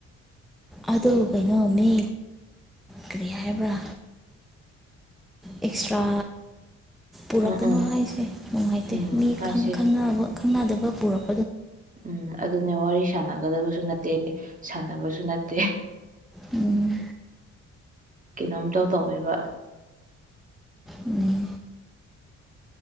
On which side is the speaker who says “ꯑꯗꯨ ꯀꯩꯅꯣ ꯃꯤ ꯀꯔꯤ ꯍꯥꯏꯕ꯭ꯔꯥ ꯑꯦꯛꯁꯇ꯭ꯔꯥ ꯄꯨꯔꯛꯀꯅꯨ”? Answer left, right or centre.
Centre